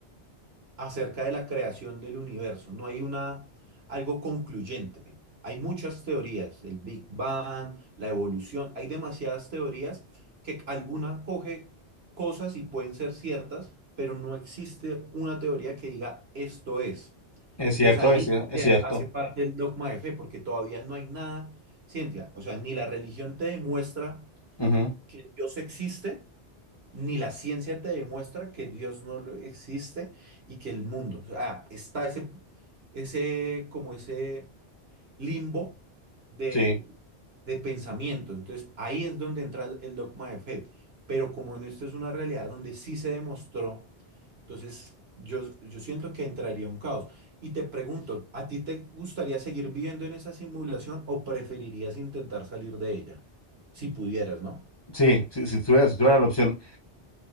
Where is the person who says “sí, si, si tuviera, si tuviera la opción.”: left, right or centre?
Left